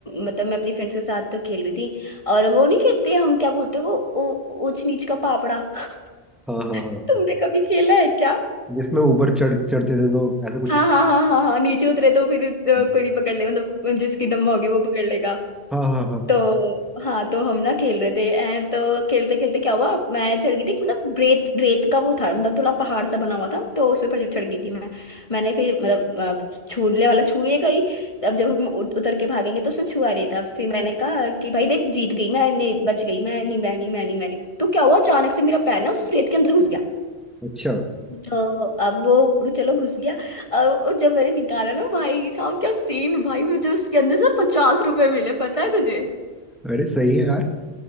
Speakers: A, on the left (about 30°); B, in the centre.
A: मतलब मैं अपनी फ्रेंड्स के साथ खेल रही थी और वो नहीं खेलते हम क्या बोलते हैं वो ऊ- ऊंच नीच का पापड़ा <laughs>
B: हाँ हाँ हाँ
A: तुमने कभी खेला है क्या
B: जिसमें ऊपर चढ़ चढ़ते थे तो ऐसा कुछ
A: हाँ हाँ हाँ हाँ हाँ नीचे उतरे तो फिर अ,
B: हाँ
A: कोई भी पकड़ ले मतलब जिसकी डम्मा होगी वो पकड़ लेगा
B: हाँ हाँ हाँ
A: तो हाँ तो हम ना खेल रहे थे हैं तो खेलते खेलते क्या हुआ मैं चढ़ गई थी मतलब रेत रेत का वो था मतलब थोड़ा पहाड़ सा बना हुआ था तो उस पर चढ़ गई थी मैं मैंने फिर मतलब अ, छूने वाला छूए गई अब जब हम उत- उतर के भागेंगे तो उसने छुआ रही था फिर मैंने कहा कि भाई देख जीत गई मैं नहीं बच गई मैं नहीं मैं नहीं मैं नहीं मैं नहीं तो क्या हुआ अचानक से मेरा पैर ना उस रेत के अंदर घुस गया
B: अच्छा
A: तो अब वो चलो घुस गया अब वो जब मैंने निकाला ना भाई साहब क्या सीन भाई मुझे उसके अंदर से पचास रुपए मिले पता है तुझे
B: अरे सही है यार